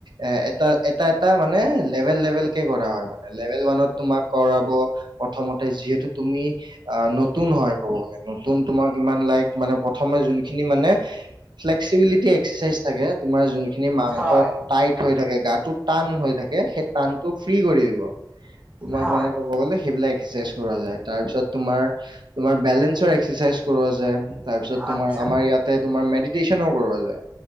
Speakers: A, on the right; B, on the right.
A: এ এটা এটা এটা মানে লেভেল - লেভেল কে কৰা হয় মানে লেভেল ওৱানত তোমাক কৰাব প্ৰথমতে যিহেতু তুমি অ নতুন হয় ক'ব গলে, নতুন তোমাক ইমান লাইক মানে প্ৰথমে যোনখিনি মানে ফ্লেক্সিবিলিটি এষ্কেচাইজ থাকে তোমাৰ যোন খিনি মাংস
B: হয়
A: টাইট হৈ থাকে, গাটো টান হৈ থাকে সেই টান চব ফ্ৰি কৰি দিব তোমাক
B: হয়
A: মানে কব গলে সেইবিলাক এক্সাইজ কৰা যায় তাৰ পিছত তোমাৰ, তোমাৰ বেলেঞ্চৰ এক্সাৰচাইজ কৰা যায়। তাৰপিছত তোমাৰ
B: আচ্ছা
A: আমাৰ ইয়াতে তোমাৰ মেডিটেশ্যনো কৰোৱা যায়।